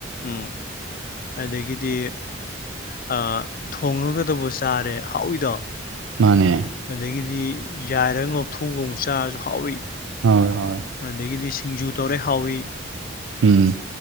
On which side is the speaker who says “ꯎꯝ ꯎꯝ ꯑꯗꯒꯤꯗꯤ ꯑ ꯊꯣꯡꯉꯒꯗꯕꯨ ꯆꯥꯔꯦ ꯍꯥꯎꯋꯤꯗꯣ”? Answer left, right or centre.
Left